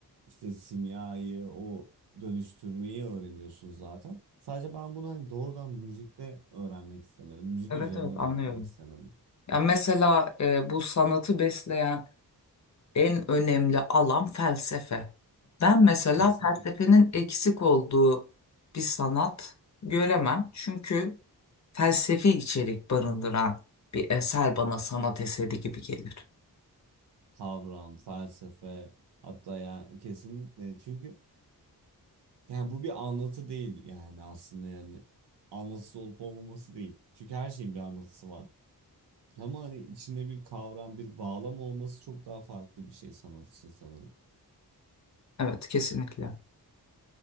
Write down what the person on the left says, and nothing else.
Evet
evet anlıyorum.
Ya mesela e, bu sanatı besleyen en önemli alan felsefe. Ben mesela
felsefenin eksik olduğu bir sanat göremem. Çünkü felsefi içerik barındıran bir eser bana sanat eseri gibi gelir.
Evet, kesinlikle.